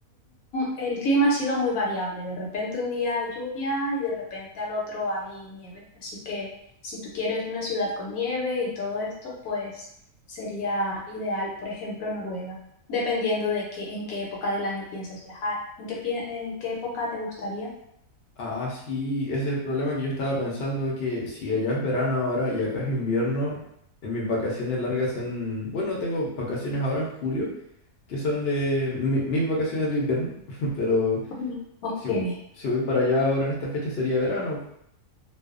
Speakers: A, on the left; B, on the left.
A: el clima ha sido muy variable. De repente un día hay lluvia y de repente al otro hay nieve. Así que si tú quieres una ciudad con nieve y todo esto, pues sería ideal, por ejemplo, Noruega, dependiendo de que en qué época del año piensas viajar. ¿En qué, pi- en qué época te gustaría?
B: Ah, sí, ese es el problema que yo estaba pensando que si allá es verano ahora y acá es invierno, en mis vacaciones largas son, bueno, tengo vacaciones ahora en julio, que son de mi- mis vacaciones de invierno, <laughs> pero
A: Ujú. Ok.
B: Si, vo- si voy para allá ahora en esta fecha sería verano,